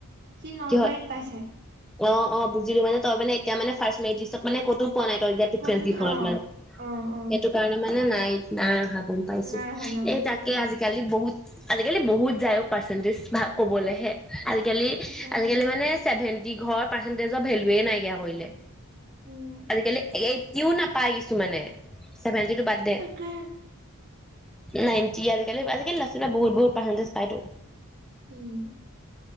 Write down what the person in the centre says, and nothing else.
কিহত
অ অ বুজিলো মানে তই মানে এতিয়া মানে ফাষ্ট মেৰিটলিষ্টত মানে কতো পোৱা নাই তই এতিয়া ডিফাৰেন্ঞ্চ
কেইখনত
মানে
এইটো কাৰণে মানে নাই নাই অহা গম পাইছো
এই তাকে
আজিকালি বহুত আজিকালি বহুত যায়ও পাৰ্চেন্টেজ ভাল কবলেহে আজিকালি
আজিকালি
মানে চেভেনন্টি যি ঘৰৰ পাৰ্চেণ্টেজৰ ভেলুয়ে নাইকিয়া কৰিলে
আজিকালি এই কউন আপ পাই গইছো মানে ছেভেনটিটো বাদদে
নাইট টি আৰু কেলেবা আজি কালি ল'ৰা ছোৱালীয়ে বহু বহত পাৰ্চেন্টেজ পাইতো